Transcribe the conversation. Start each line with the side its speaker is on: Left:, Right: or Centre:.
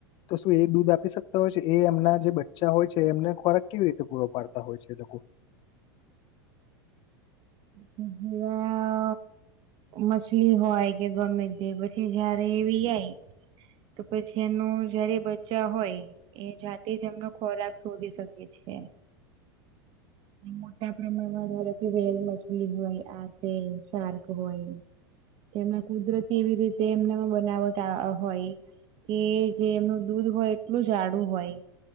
Left: તો શું એ દૂધ આપી શકતા હોય છે એ એમના જે બચ્ચા હોય છે એમને ખોરાક કેવી રીતે પૂરો પાડતા હોય છે એ લોકો.
Right: <unintelligible> મછલી હોય કે ગમે તે પછી જયારે એ વીયાય તો પછી એનું જયારે બચ્ચા હોય એ જાતે જ એમનો ખોરાક શોધી શકે. છે. મોટા પ્રમાણ વેલ મછલી હોય આ સારક હોય તેમને કુદરતી એવી રીતે એમના બનાવટ હોય. એ જે એમનું દૂધ હોય એટલું જાડું હોય.